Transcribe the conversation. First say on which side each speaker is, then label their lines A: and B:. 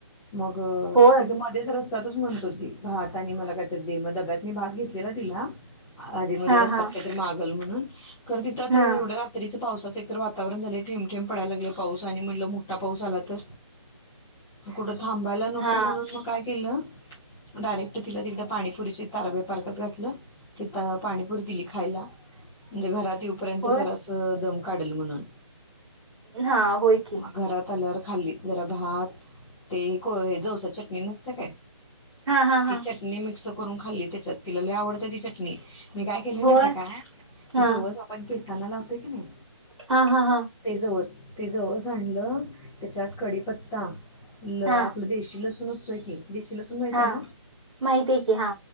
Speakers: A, in the centre; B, on the right.
A: मग
B: होय
A: तिथं मध्येच रस्त्यातच म्हणत होती ते भात आणि मला काही दे म डब्यात मी भात घेतलेला तिला. आधी मध्ये
B: हा
A: रस्त्यात
B: हा
A: काहीतरी मागल म्हणून. खरं तिथं आता
B: हा
A: एवढ्या रात्रीचं पावसाचं एक तर वातावरण झालंय. थेंब थेंब पडायला लागलंय पाऊस आणि म्हटलं मोठा पाऊस आला तर कुठं थांबायला नको,
B: हा
A: म्हणून मग काय केलं डायरेक्ट तिला तिकडं पाणीपुरीची तारबाई पार्कात घातलं तिथ पाणीपुरी दिली खायला. म्हणजे घरात येऊ पर्यंत
B: होय
A: जरासं दम काढील म्हणून
B: हा होय की
A: मग घरात आल्यावर खाल्ली. जरा भात ते कोय जवसाची चटणी नसत्या काय,
B: हा हा
A: ती
B: हा
A: चटणी मि करून खाल्ली त्याच्यात तिला लई आवडत्या ती चटणी. मी काय केलंय माहिती
B: होय
A: आहे काय?
B: हा
A: ते जवस पण कीस त्याला लावतोय की नाही.
B: हा हा हा
A: ते जवस ते जवस आणलं, त्याच्यात कडीपत्ता ल
B: हा
A: आपलं देशी लसू तो नसतोय की. देशी लसून माहित
B: हा
A: आहे ना.
B: माहित आहे की हा